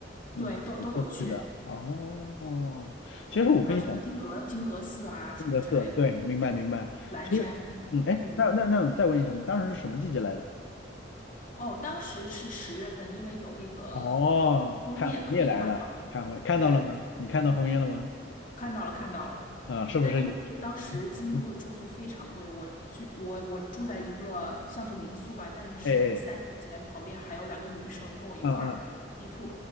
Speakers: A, on the left; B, on the left.
A: 你走过去的。
B: 对，都都有去，
A: 哦，其实我跟你讲，
B: 还有什么金阁金阁寺啊什么之类的。
A: 性格是，对，明白明白。
B: 蓝山，
A: 其实，嗯，哎，
B: 嗯，
A: 那那那我再问一下，你当时是什么季节来的？
B: 哦，当时是十月份，因为有那个呃枫叶可以看嘛，
A: 哦，看红叶来了，看红叶，看到了吗？
B: 对，
A: 你看到红叶了吗？
B: 看到了看到了。
A: 啊，是不是？
B: 但是我记得当时京都的住宿非常贵，
A: 嗯嗯，
B: 我去，我我住在一个像是民宿吧，但是是一个三人间，
A: 哎哎，
B: 旁边还有两个女生跟我一块儿打地铺，
A: 嗯嗯，